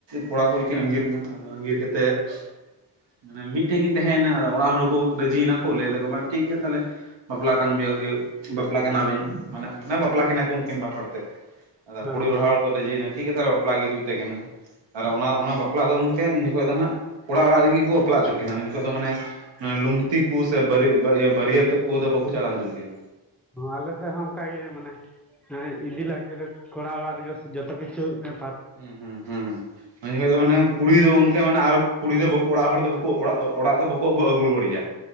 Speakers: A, on the right; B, in the centre.
A: ᱠᱚᱲᱟ ᱠᱩᱲᱤ ᱠᱤᱱ
B: ᱦᱳᱭ
A: ᱟᱹᱜᱤᱨ ᱮᱱᱟ, ᱟᱫᱚ ᱟᱸᱜᱤᱨ ᱠᱟᱛᱮᱫ, ᱢᱟᱱᱮ ᱢᱤᱫᱴᱷᱮᱡ ᱠᱤᱱ ᱛᱟᱦᱮᱸᱭᱱᱟ ᱟᱫᱚ ᱚᱲᱟᱜ ᱦᱚᱲᱠᱚ ᱨᱟᱹᱡᱤᱭᱮᱱᱟ ᱠᱚ ᱞᱟᱹᱭ ᱫᱟᱠᱚ ᱵᱟᱝ ᱴᱷᱤᱠ ᱜᱮᱭᱟ ᱛᱟᱦᱞᱮ, ᱵᱟᱯᱞᱟ ᱠᱟᱱ ᱜᱮᱭᱟ, ᱵᱟᱯᱞᱟ ᱠᱟᱱᱟᱵᱤᱱ ᱢᱟᱱᱮ ᱚᱱᱮ ᱵᱟᱯᱞᱟ ᱠᱤᱱᱟᱹ ᱠᱚ ᱩᱱᱠᱤᱱ ᱵᱟᱨ ᱦᱚᱲ ᱛᱮ, ᱟᱫᱚ
B: ᱦᱚᱸ
A: ᱠᱩᱲᱤ ᱚᱲᱟᱜ ᱦᱚᱲ ᱨᱟᱹᱡᱤᱭᱱᱟ ᱴᱷᱤᱠ ᱜᱮᱭᱟ ᱛᱟᱦᱚᱞᱮ ᱵᱟᱯᱞᱟ ᱜᱮ ᱦᱩᱭᱩᱜ ᱛᱟᱠᱤᱱᱟ᱾ ᱛᱟᱦᱚᱞᱮ ᱚᱱᱟ ᱚᱱᱟ ᱵᱟᱯᱞᱟ ᱫᱚ ᱜᱚᱢᱠᱮ ᱩᱱᱧ ᱡᱚᱠᱷᱚᱡ ᱫᱚ ᱦᱟᱸᱜ ᱚᱲᱟᱜ ᱚᱲᱟᱜ ᱨᱮᱜᱮ ᱠᱚ ᱵᱟᱯᱞᱟ ᱦᱚᱪᱚ ᱠᱤᱱᱟ ᱩᱱ ᱡᱚᱠᱷᱚᱡ ᱫᱚ ᱢᱟᱱᱮ ᱞᱩᱝᱛᱤ ᱠᱚ ᱥᱮ ᱵᱟᱹᱜᱤᱭᱟ ᱵᱟᱹᱨᱭᱟᱹᱛᱚᱜ ᱠᱚᱫᱚ ᱵᱟᱠᱚ ᱪᱟᱞᱟᱣ ᱦᱚᱪᱚᱜ ᱜᱮᱭᱟ᱾
B: ᱟᱞᱮ ᱥᱮᱫ ᱦᱚᱸ ᱚᱱᱠᱟᱜ ᱜᱮ ᱢᱟᱱᱮ ᱦᱮᱸ ᱤᱫᱤ ᱞᱟᱭᱠᱷᱟᱭ ᱫᱚ ᱠᱚᱲᱟ ᱚᱲᱟᱜ ᱨᱮᱜᱮ ᱡᱚᱛᱚ ᱠᱤᱪᱷᱩ ᱚᱱᱮ
A: ᱦᱩᱸ ᱦᱩᱸ ᱦᱩᱸ ᱦᱩᱸ ᱩᱱ ᱡᱚᱠᱷᱚᱡ ᱫᱚ ᱢᱟᱱᱮ ᱠᱩᱲᱤ ᱫᱚ ᱜᱚᱝᱠᱮ ᱢᱟᱱᱮ ᱟᱨᱚ ᱠᱩᱲᱤ ᱫᱚ ᱵᱟᱠᱚ ᱚᱲᱟᱜ ᱦᱚᱲ ᱫᱚ ᱵᱟᱹ ᱠᱩ ᱚᱲᱟᱜ ᱚᱲᱟᱜ ᱫᱚ ᱵᱟᱠᱚ ᱟᱹᱜᱩ ᱟᱹᱜᱩ ᱨᱩᱣᱟᱹᱲᱮᱭᱟ,